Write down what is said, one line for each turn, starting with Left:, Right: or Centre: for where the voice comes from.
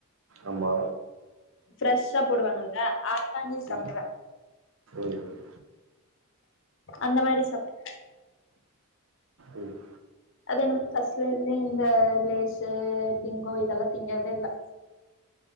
Right: ஆமா
Left: ஃப்ரெஷ்ஷா போடுவாங்கல்ல அது வாங்கி சாப்டுவே
Right: ம் ம்
Left: அந்த மாரி சாப் <inaudible>
Right: ம்
Left: அது என்ன <inaudible> ஃபஸ்ல இருந்தே இந்த லேசு பிங்கோ இதெல்லா திங்கதே இல்ல